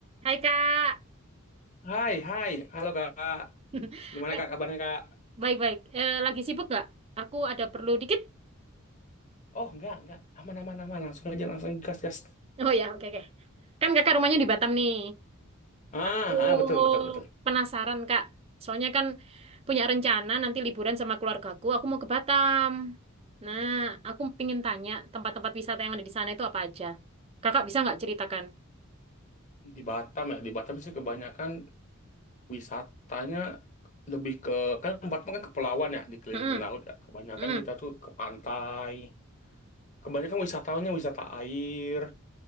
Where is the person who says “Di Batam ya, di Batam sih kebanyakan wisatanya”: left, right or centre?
Left